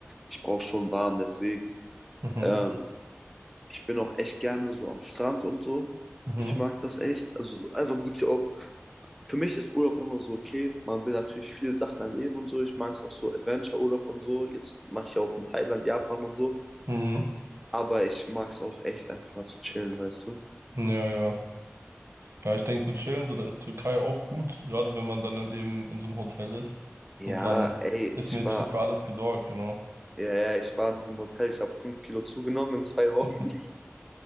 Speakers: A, in the centre; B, on the right.
A: ich brauche schon warm, deswegen.
B: Mhm.
A: Ähm, ich bin auch echt gerne so am Strand und so.
B: Mhm.
A: Ich mag das echt. Also einfach wirklich auch für mich ist Urlaub immer so, okay, man will natürlich viele Sachen erleben und so. Ich mag es auch so Adventure-Urlaub und so. Jetzt mache ich ja auch in Thailand, Japan und so.
B: Mhm.
A: Aber ich mag es auch echt einfach mal zu chillen, weißt du?
B: Ja, ja. Ja, ich denke, so chillen, so da ist Türkei auch gut, gerade wenn man dann halt eben in so einem Hotel ist.
A: Ja,
B: Und dann
A: ey,
B: ist
A: ich
B: mäßig
A: war,
B: so für alles gesorgt, genau.
A: ja, ja, ich war in diesem Hotel. Ich habe fünf Kilo zugenommen in zwei Wochen.
B: <laughs>
A: <laughs>